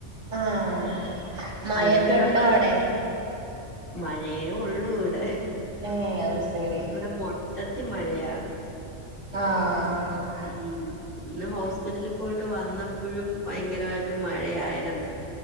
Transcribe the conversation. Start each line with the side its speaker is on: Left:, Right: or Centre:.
Right: ആഹ് മഴൊക്കെ
Left: അല്ലെങ്കി നമ്മള്
Right: ഉണ്ടോ അവിടെ
Left: മഴയേ ഒള്ളൂവ്ടെ.
Right: ഏ അത് സെരി.
Left: ഇവ്ടെ മൊത്തത്തി മഴയാണ്.
Right: ആഹ് ആഹ്.
Left: ഉം ഇന്ന് ഹോസ് പിറ്റലിൽ പോയിട്ട് വന്നപ്പൊഴും ഭയങ്കരമായിട്ട് മഴയായിരുന്ന്.